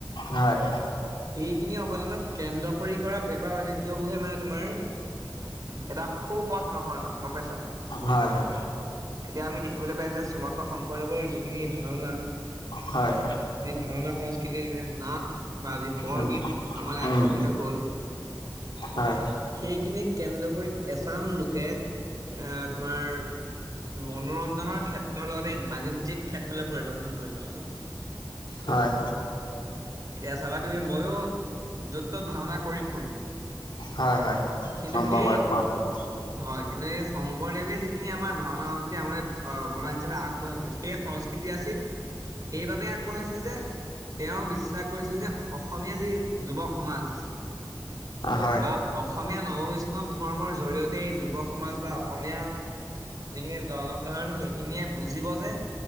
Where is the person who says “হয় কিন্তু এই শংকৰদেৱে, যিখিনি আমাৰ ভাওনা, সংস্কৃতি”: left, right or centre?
Right